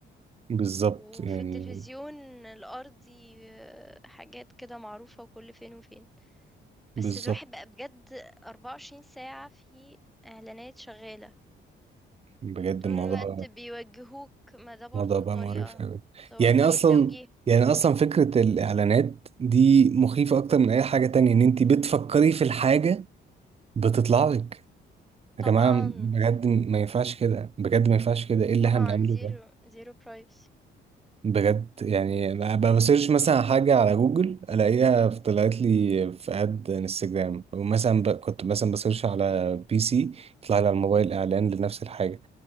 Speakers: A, on the right; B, in the centre.
A: بالظبط
B: وفي
A: يعني
B: التلفزيون الأرضي آه، حاجات كده معروفة وكل فين وفين،
A: بالظبط
B: بس الواحد بقى بجد 24 ساعة في إعلانات شغّالة،
A: بجد
B: طول
A: الموضوع
B: الوقت بيوجّهوك، ما ده برضه
A: الموضوع بقى
B: طريقة
A: مقرف أوي
B: ط طريقة
A: يعني أصلا
B: توجيه،
A: يعني أصلا فكرة الإعلانات دي مخيفة أكتر من أي حاجة تانية إن أنت بتفكري في الحاجة بتطلع لك يا
B: طبعًا،
A: جماعة بجد ما ينفعش كده بجد ما ينفعش كده إيه اللي
B: طبعًا
A: إحنا بنعمله
B: zero
A: ده
B: zero privacy
A: بجد يعني
B: إمم،
A: ب- بسيرش مثلا حاجة على جوجل ألاقيها طلعت لي في أد انستجرام ومثلا ب... كنت مثلا بسيرش على بي سي يطلع لي على الموبايل إعلان لنفس الحاجة